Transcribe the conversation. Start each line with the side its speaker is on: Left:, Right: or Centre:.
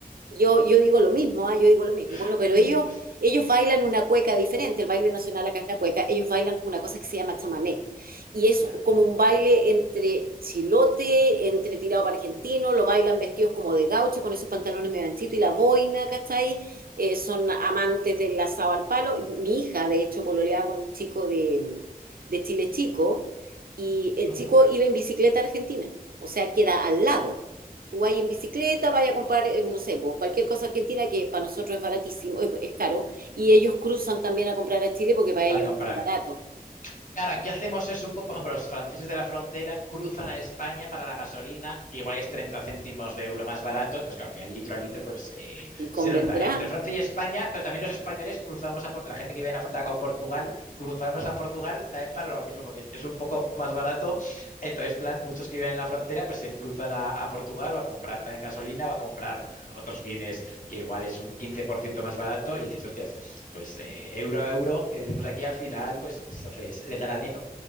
Right: yo, yo digo lo mismo, ah, Yo digo lo mismo. Bueno,
Left: <laughs>
Right: pero ellos, ellos bailan una cueca diferente, el baile nacional acá es la cueca, ellos bailan con una cosa que se llama chamamé. Y es
Left: Ha habido.
Right: como un baile entre chilote, entre tirado para argentino, lo bailan vestidos como de gaucho, con esos pantalones medio anchitos y la boina, ¿cachai? Eh, son amantes del asado al palo. Mi hija, de hecho, pololeaba con un chico de, de Chile Chico, y el
Left: Ujú.
Right: chico iba en bicicleta a Argentina, o sea, queda al lado. Tú vas en bicicleta, vas a comprar, eh, no sé, pues, cualquier cosa argentina que para nosotros es baratísimo, es, es caro, y ellos cruzan también a comprar a Chile porque para
Left: Para
Right: ellos
Left: comprar.
Right: es muy barato.
Left: Claro, aquí hacemos eso un poco, por ejemplo, los franceses de la frontera cruzan a España para la gasolina, que igual es 30 céntimos de euro más barato, entonces claro, al final litro a litro pues eh,
Right: Y convendrá,
Left: se nota entre Francia y España, pero también los españoles cruzamos, a, Por- la gente que vive en la frontera con Portugal, cruzamos a Portugal también para lo mismo, porque es un poco más barato, entonces plan, muchos que viven en la frontera pues se cruzan a, a Portugal o a comprar también gasolina o a comprar otros bienes que igual es un 15% más barato y dices, hostias, pues eh, euro a euro, que decimos aquí, al final, pues haces el granero,